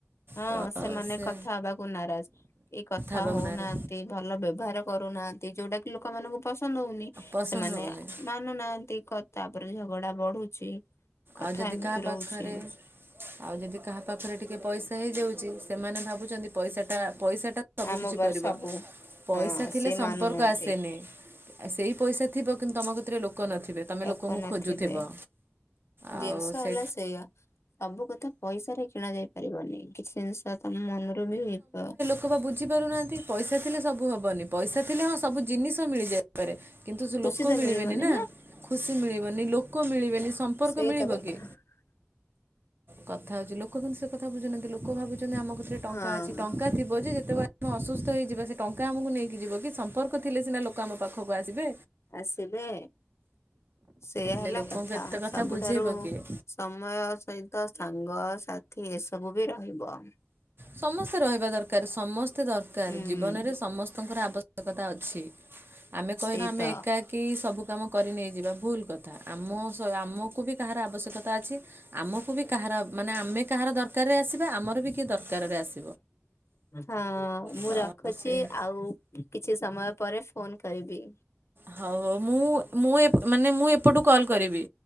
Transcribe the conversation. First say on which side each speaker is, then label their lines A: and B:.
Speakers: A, on the left; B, on the right.
A: ହଁ
B: ତ
A: ସେମାନେ
B: ସେ
A: କଥା ହବାକୁ ନାରାଜ ଏ କଥା
B: ହେବାକୁ
A: ହଉନା
B: ନାଁରେ
A: ନ୍ତି ଭଲ ବ୍ୟବହାର କରୁନାହାନ୍ତି ଯୋଉଟା କି ଲୋକମାନଙ୍କୁ ପସନ୍ଦ ହଉନି।
B: ପସନ୍ଦ
A: ସେମାନେ
B: ହେଉନି
A: ମାନୁନାହାନ୍ତି ତାପରେ ଝଗଡା ବଢୁଛି। କଥା
B: ଆଉ ଯଦି
A: ଏମିତି
B: କାହା ପାଖରେ।
A: ରହୁଛି
B: ଆଉ ଯଦି କାହା ପାଖରେ ଟିକେ ପଇସା ହେଇଯାଉଛି ସେମାନେ ଭାବୁଛନ୍ତି ପଇସାଟା ପଇସାଟା। ସବୁ
A: ଆମ
B: କିିଛି
A: ଉପରେ
B: କରିବା
A: ସବୁ
B: ପଇସା
A: ହଁ
B: ଥିଲେ
A: ସିଏ
B: ସମ୍ପର୍କ
A: ମାନୁନାହାନ୍ତି
B: ଆସେନି। ଆ ସେଇ ପଇସା ଥିବ କିନ୍ତୁ ତୁମ କତିରେ ଲୋକ ନଥିବେ ତମେ
A: ଲୋକ
B: ଲୋକଙ୍କୁ
A: ନଥିବେ।
B: ଖୋଜୁଥିବ। ଆଉ
A: ଜିନିଷ
B: ସେ
A: ହେଲା ସେଇଆ ସବୁ କଥା ପଇସାରେରେ କିଣା ଯାଇ ପାରିବନି। କିଛି ଜିନିଷ ତମ ମନରୁ ବି ହେଇପ
B: ଲୋକପା ବୁଝି ପାରୁନାହାନ୍ତି, ପଇସା ଥିଲେ ସବୁ ହବନି, ପଇସା ଥିଲେ ହଁ ସବୁ ଜିନିଷ ମିଳିଯାଏ କିନ୍ତୁ ସେ
A: ଖୁସି
B: ଲୋକ
A: ତ
B: ମିଳିବେନି
A: ମିଳିବନି
B: ନା? ଖୁସି ମିଳିବନି, ଲୋକ ମିଳିବେନି, ସମ୍ପର୍କ
A: ସେଇତ
B: ମିଳିବ
A: କଥା
B: କି?
A: <inaudible>
B: କଥା ହଉଚି, ଲୋକ କିନ୍ତୁ ସେ କଥା ବୁଝୁନାହାନ୍ତି। ଲୋକ ଭାବୁଛନ୍ତି ଆମ କିତରେ ଟଙ୍କା
A: ହଁ
B: ଅଛି, ଟଙ୍କା ଥିବ ଯେ ଯେତେବେଳେ ଆମେ ଅସୁସ୍ଥ ହେଇଯିବା, ସେ ଟଙ୍କା ଆମକୁ ନେଇକି ଯିବ କି? ସମ୍ପର୍କ ଥିଲେ ସିନା ଲୋକ ଆମ ପାଖକୁ ଆସିବେ।
A: ଆସିବେ। ସେଇୟା
B: ହେଲେ
A: ହେଲା
B: ଲୋକଙ୍କୁ ଏତେ କଥା
A: ସବୁଠାରୁ
B: ବୁଝେଇବ କିଏ?
A: ସମୟ ସହିତ ସାଙ୍ଗ ସାଥି ଏସବୁ ବି ରହିବ।
B: ସମସ୍ତେ ରହିବା ଦରକାର, ସମସ୍ତେ ଦରକାର,
A: ହୁଁ
B: ଜୀବନରେ ସମସ୍ତଙ୍କର ଆବଶ୍ୟକତା ଅଛି।
A: <inaudible>
B: ଆମେ କହିବା ଆମେ
A: ତ
B: ଏକାକି ସବୁ କାମ କରି ନେଇଯିବା। ଭୁଲ କଥା, ଆମ ଆମ ଆମକୁବି କାହାର ଅବଶ୍ୟକତା ଅଛି। ଆମକୁ ବି କାହାର ମାନେ, ଆମେ କାହାର ଦରକାର ରେ ଆସିବା, ଆମରବି କିଏ ଦରକାର ରେ ଆସିବେ। ଦରକାରରେ ଆସେ
A: ହଁ ମୁଁ
B: ତ
A: ରଖୁଚି,
B: ସେଇ
A: ଆଉ କିଛି ସମୟ ପରେ ଫୋନ କରିବି।
B: ହଉ ହଉ ମୁଁ ମୁଁ ମାନେ ମୁଁ ଏପଟୁ କଲ୍ କରିବି।